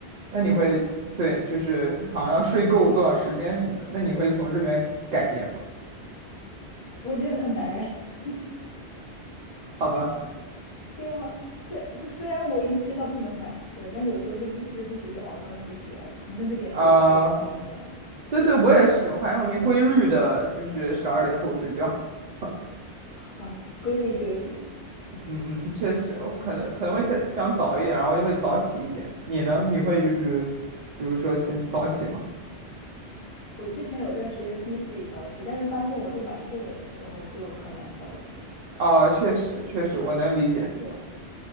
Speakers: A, on the right; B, on the left.
A: 那你会对，
B: 睡觉，
A: 就是好像要睡够多少时间什么的，那你会从这边改变吗？
B: 我觉得很难呀。<laughs>
A: 好吧，
B: 对啊，虽就虽然我已经知道不能晚睡，但有时候就不知不觉就熬到那个点，可能那个点之后才会有困意这样子。
A: 啊、对对，我也是，我感觉我已经规律的，就是十二点后睡觉。<laughs>
B: 啊，规律就行。
A: 嗯嗯，确实，我可能可能会想想早一点，然后就会早起一点。你呢？你会就是，比如说很早起吗？
B: 我之前有段时间逼自己早起，但是发现我是晚睡的人的时候就很难早起。
A: 啊、确实确实，我能理解。
B: 对，